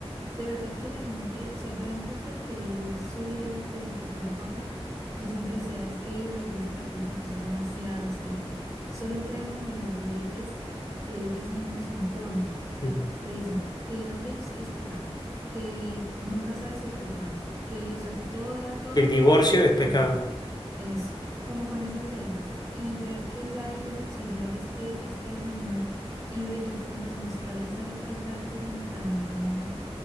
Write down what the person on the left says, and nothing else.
mm.
El divorcio
es
pecado.